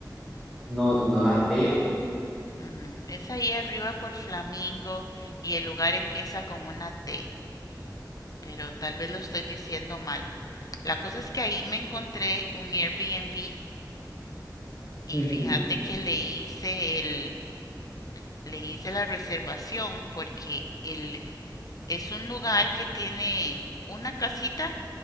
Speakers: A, in the centre; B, on the left.
A: no, no la veo.
B: Mm, es ahí arriba por Flamingo y el lugar empieza con una T, pero tal vez lo estoy diciendo mal. La cosa es que ahí me encontré un Airbnb y
A: Ujú,
B: fíjate que le hice el le hice la reservación porque el Es un lugar que tiene una casita